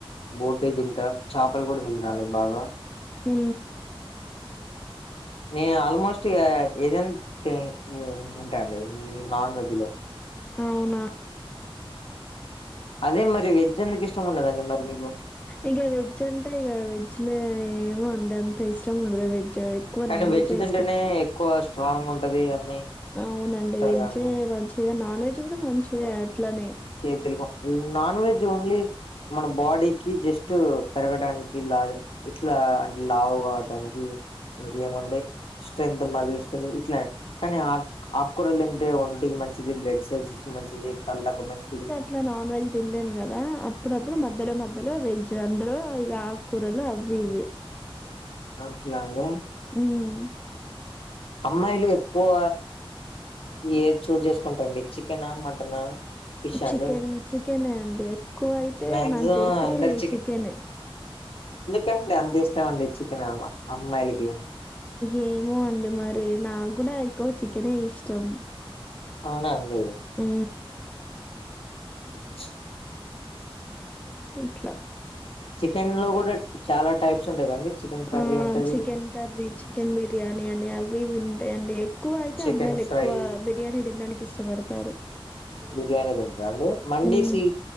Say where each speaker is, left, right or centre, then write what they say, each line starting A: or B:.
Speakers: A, on the left (about 75°); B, on the left (about 15°).
A: బోటి తింట చేపలు కూడా తింటా అండి బాగా
B: హ
A: నేను ఆల్మోస్ట్ ఇగ ఏదైనా తి తింటా అండి ఇ నాన్ వెజ్ లో
B: అవునా
A: అదే మరి వెజ్ ఎందుకు ఇష్టం ఉండదండి మరి మీకు
B: ఇక వెజ్ అంటే ఇక వెజ్ లో ఏమో అండి అంత ఇష్టం ఉండదు వెజ్ ఎక్కువ
A: కానీ
B: నాన్
A: వెజ్ తింటేనే
B: ఇష్టం
A: ఎక్కువ స్ట్రాంగ్ ఉంటది అన్ని
B: అవునండి
A: ఉంటది
B: వెజ్
A: కదండి
B: మంచిది నాన్ వెజ్ కూడా మంచిది అట్లనే
A: చేతులు నాన్ వెజ్ ఓన్లీ మన బాడీకి జస్ట్ పెరగడానికి లా ఇట్లా అంటే లావు కావడానికి ఇంకేముంటాయి స్ట్రెంత్ మజిల్స్ ఇట్లా కానీ ఆ ఆకుకూరలు తింటే ఒంటికి మంచిది ఫేస్కి మంచిది కళ్లకు మంచిది
B: ఇట్లా నాన్ వెజ్ తినలేము కదా అప్పుడప్పుడు మధ్యలో మధ్యలో వెజ్ అందరు ఇక కూరలు అవి ఇవి
A: అట్లా అండి
B: మ్మ్
A: అమ్మాయిలు ఎక్కువ ఏది చూజ్ చేసుకుంటండి చికెనా మటన్ ఫిష్
B: చికెన్
A: అండి
B: చికెనే అండి ఎక్కువ అయితే
A: మాక్సిమం
B: నాకు తెలిసి
A: అందరు
B: చికెనే
A: కండి అంత ఇష్టం అండి చికెన్ అం అమ్మాయిలకి
B: ఏమో అండి మరి నాకు కూడా ఎక్కువ చికెనే ఇష్టం
A: అవునా అండి
B: ఊ
A: <unintelligible>
B: అట్లా
A: చికెన్ లో కూడా చాలా టైప్స్ ఉంటాయిగా అండి చికెన్ కర్రీ
B: ఆ
A: ఉంటది
B: చికెన్ కర్రీ చికెన్ బిర్యానీ అని అవి ఇవి ఉంటాయండి క్కువ అయితే
A: చికెన్
B: అమ్మాయిలు
A: ఫ్రై
B: ఎక్కువ బిర్యానీ తినడానికి ఇష్టపడతారు
A: బిర్యానీ దింటరా అండి మండీస్
B: మ్మ్
A: ఈ